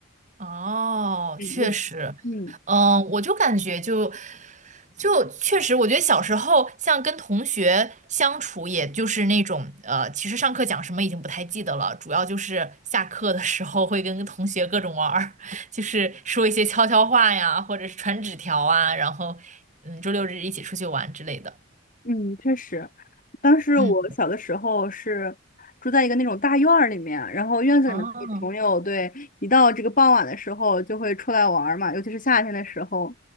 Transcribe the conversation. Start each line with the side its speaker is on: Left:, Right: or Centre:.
Right: 哦，
Left: 嗯，
Right: 确实，
Left: 我嗯。
Right: 嗯，我就感觉就就确实，我觉得小时候像跟同学相处，也就是那种呃，其实上课讲什么已经不太记得了，主要就是下课的时候会跟同学各种玩儿，<laughs> 就是说一些悄悄话呀，或者是传纸条啊，然后嗯，周六日一起出去玩之类的。
Left: 嗯，确实，当时我小的时候是住在一个那种大院儿里面，
Right: 嗯，
Left: 然后院子里面的朋友，
Right: 哦
Left: 对，一到这个傍晚的时候就会出来玩儿嘛，尤其是夏天的时候，